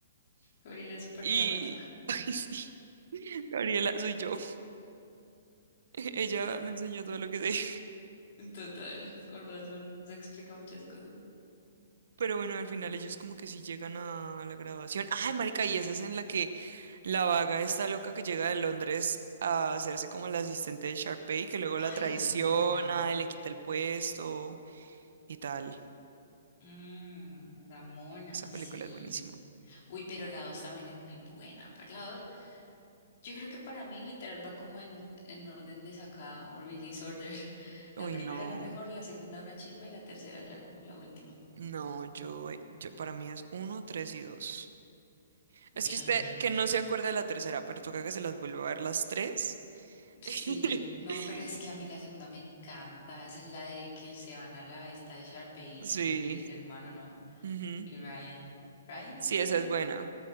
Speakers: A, on the left (about 40°); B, on the right (about 60°).
A: Gabriela es súper
B: Y...
A: dramático.
B: <laughs> Ay, sí, Gabriela, soy yo. <laughs> Ella me enseñó todo lo que sé.
A: En Total, con razón. Se explica muchas cosas.
B: <laughs> Pero bueno, al final ellos como que sí llegan a a la graduación. Ay, marica, y esa es en la que la vaga está loca que llega de Londres a hacerse como la asistente de Sharpay, que luego la
A: Ay,
B: traiciona
A: la mona.
B: y le quita el puesto y tal.
A: Mm, la mona,
B: Esa película
A: sí.
B: es buenísima.
A: Uy, pero la dos también es muy buena. Para la dos, yo creo que para mí literal va como en, en orden de sacada o release order. <laughs> La
B: Uy,
A: primera
B: no.
A: la mejor, la segunda una chimba y la tercera ya como la última.
B: No, yo, eh, yo para mí es uno, tres y dos.
A: Uy,
B: Es que usted
A: a mí me
B: que no se acuerda de la tercera, pero toca que se las vuelva a ver las tres.
A: Sí,
B: <laughs>
A: yo no, pero es que a mí la segunda me encanta. Esa es la de que se van a la esta de Sharpay
B: Sí.
A: y, y el hermano, ¿no?
B: ujú.
A: Y Ryan. Ryan
B: Sí,
A: es que
B: esa
A: se llama.
B: es buena.